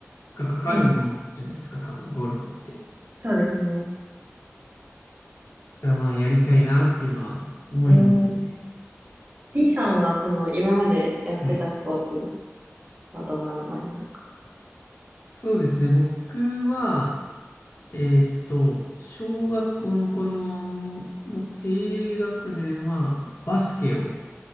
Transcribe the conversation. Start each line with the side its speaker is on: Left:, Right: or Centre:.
Left: がかかるものじゃないですか、
Right: はい。
Left: 多分、ゴルフって。だ
Right: そうですね。
Left: からまあ、やりたいなっていうのは思いますね。
Right: うん。B さんは、その、今までやってたスポーツ
Left: はい。
Right: はどんなのがありますか
Left: そうですね。僕は、えーっと、小学校の頃の低学年はバスケを